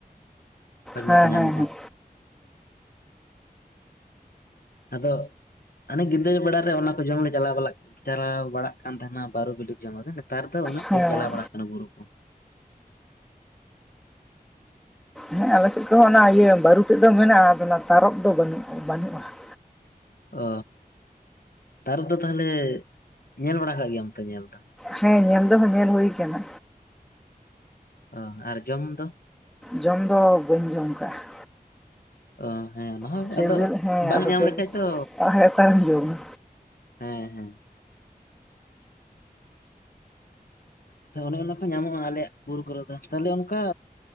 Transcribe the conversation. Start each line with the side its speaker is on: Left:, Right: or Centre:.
Left: ᱦᱳᱭ
Centre: ᱦᱮᱸ
Left: ᱚᱱᱟ ᱠᱚ
Centre: ᱦᱮᱸ
Left: ᱧᱟᱢᱚᱜᱼᱟ
Centre: ᱦᱮᱸ
Left: ᱟᱫᱚ ᱦᱟᱱᱮ ᱜᱤᱫᱽᱨᱟᱹ ᱵᱮᱲᱟ ᱨᱮ ᱚᱱᱟ ᱠᱚ ᱡᱚᱢ ᱞᱮ ᱪᱟᱞᱟᱣ ᱪᱟᱞᱟᱣ ᱵᱟᱲᱟᱜ ᱠᱟᱱ ᱛᱟᱦᱮᱱᱟ ᱵᱟᱨᱩ ᱵᱤᱞᱤ ᱡᱚᱢ ᱱᱮᱛᱟᱨ ᱫᱚ ᱩᱱᱟᱹᱜ
Centre: ᱦᱮᱸ
Left: ᱵᱟᱹᱧ ᱪᱟᱞᱟᱣ ᱵᱟᱲᱟᱜ ᱠᱟᱱᱟ ᱵᱩᱨᱩ ᱠᱚ
Centre: ᱦᱮᱸ ᱟᱞᱮᱥᱮᱫ ᱚᱱᱟ ᱤᱭᱟᱹ ᱵᱟᱹᱨᱩ ᱛᱮᱫ ᱫᱚ ᱢᱮᱱᱟᱜᱼᱟ ᱟᱫᱚ ᱚᱱᱟ ᱛᱟᱨᱚᱯ ᱫᱚ ᱵᱟᱹᱱᱩᱜ ᱵᱟᱹᱱᱩᱜᱼᱟ ᱾
Left: ᱚ ᱛᱟᱨᱚᱯ ᱫᱚ ᱛᱟᱦᱚᱞᱮ ᱧᱮᱞ ᱵᱟᱲᱟ ᱠᱟᱜ ᱜᱮᱭᱟᱢ ᱛᱚ ᱧᱮᱞ ᱫᱚ
Centre: ᱦᱮᱸ ᱧᱮᱞ ᱫᱚᱦᱚ ᱧᱮᱞ ᱦᱩᱭ ᱠᱟᱱᱟ
Left: ᱚ ᱟᱨ ᱡᱚᱢ ᱫᱚ
Centre: ᱡᱚᱢ ᱫᱚ ᱵᱟᱹᱧ ᱡᱚᱢ ᱠᱟᱜᱼᱟ ᱾
Left: ᱚ ᱦᱮᱸ ᱚᱱᱟ ᱦᱚᱸ
Centre: ᱥᱤᱵᱤᱞ
Left: ᱟᱫᱚ
Centre: ᱦᱮᱸ
Left: ᱵᱟᱝ
Centre: ᱟᱫᱚ
Left: ᱧᱟᱢ
Centre: ᱥᱤᱵᱤᱞ
Left: ᱞᱮᱠᱷᱟᱡ ᱫᱚ
Centre: ᱦᱮᱸ ᱚᱠᱟᱨᱮᱢ ᱡᱚᱢᱟ
Left: ᱦᱮᱸ ᱦᱮᱸ ᱚᱱᱮ ᱚᱱᱟ ᱠᱚ ᱧᱟᱢᱚᱜᱼᱟ ᱟᱞᱮᱭᱟᱜ ᱵᱩᱨᱩ ᱠᱚᱨᱮ ᱫᱚ ᱛᱟᱦᱚᱞᱮ ᱚᱱᱠᱟ